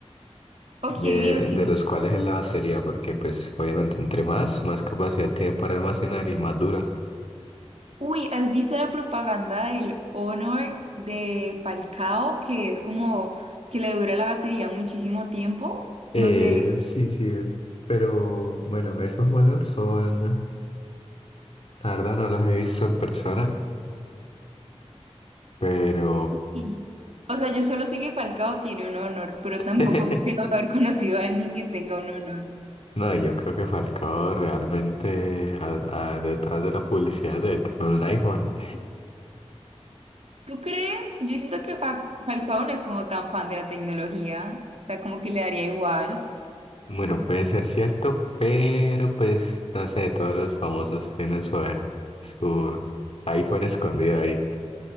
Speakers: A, on the right; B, on the left.
A: Ok,
B: de,
A: ok.
B: de los cuales es la batería, porque pues obviamente entre más, más capacidad tiene para almacenar y más dura.
A: Uy, ¿has visto la propaganda del Honor de Falcao, que es como que le dura la batería muchísimo tiempo?
B: Eh,
A: No sé.
B: sí, sí, pero bueno, esos valores son, la verdad no los he visto en persona, pero
A: Sí. O sea, yo solo sé que Falcao tiene un Honor, pero tampoco
B: <laughs>
A: creo haber conocido a alguien que tenga un Honor.
B: no, yo creo que Falcao realmente a- a- detrás de la publicidad debe tener un iPhone.
A: ¿Tú crees? Yo siento que Fa- Falcao no es como tan fan de la tecnología, o sea, como que le daría igual.
B: Bueno, puede ser cierto, pero pues no sé, todos los famosos tienen su, su iPhone escondido ahí.